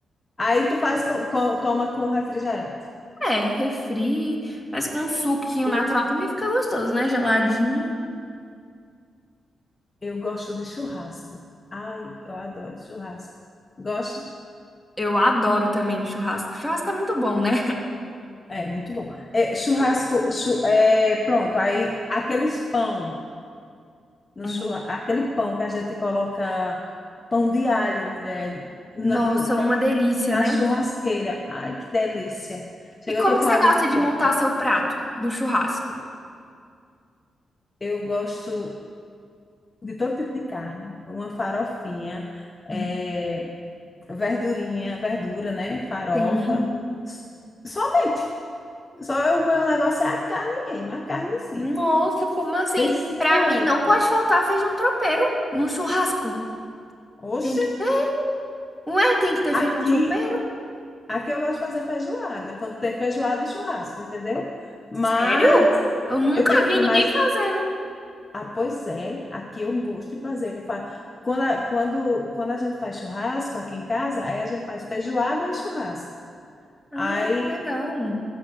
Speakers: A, on the left; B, in the centre.
A: Aí tu faz com, com- toma com refrigerante.
B: É, refri, mas com um suquinho
A: Suco.
B: natural também fica gostoso, né? Geladinho.
A: Eu gosto de churrasco. Ai, eu adoro churrasco. Gosta?
B: Eu adoro também churrasco. Churrasco é muito bom, né?
A: É, muito bom. É, churrasco, chu- é, pronto. Aí aqueles pão no
B: Hum.
A: churrasco,
B: <laughs>
A: aquele pão que a gente coloca pão de alho, mulher, na,
B: Nossa, uma delícia,
A: na
B: né?
A: churrasqueira. Ai, que delícia. Chega,
B: E
A: eu
B: como
A: tô
B: que
A: com
B: você
A: água
B: gosta
A: na
B: de
A: boca.
B: montar seu prato do churrasco?
A: Eu gosto de todo tipo de carne. Uma farofinha.
B: Hum.
A: é, verdurinha, verdura, né? Farofa.
B: Sim.
A: Somente. Só o meu negócio é a carne mesmo, a carne em si.
B: Nossa, como assim?
A: Bem suculenta.
B: Pra mim não pode faltar feijão tropeiro no churrasco.
A: Oxe,
B: Tem que ter. Ué, tem que ter
A: aqui,
B: feijão tropeiro?
A: aqui eu gosto de fazer feijoada, quando tem feijoada e churrasco, entendeu? Mas
B: Sério? Eu nunca
A: eu prefiro
B: vi ninguém
A: mais.
B: fazendo.
A: Ah, pois é, aqui eu gosto de fazer. Eu fa- Quando a, quando, quando a gente faz churrasco aqui em casa, aí a gente faz feijoada e churrasco.
B: Ah,
A: Aí
B: que legal.